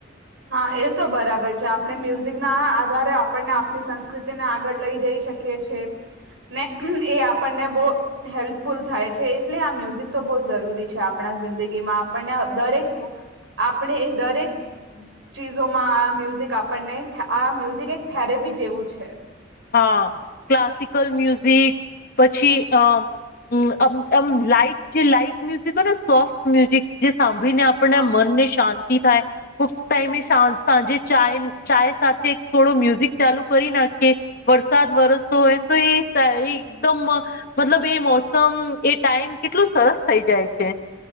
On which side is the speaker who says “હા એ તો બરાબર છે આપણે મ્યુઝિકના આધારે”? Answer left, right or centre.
Right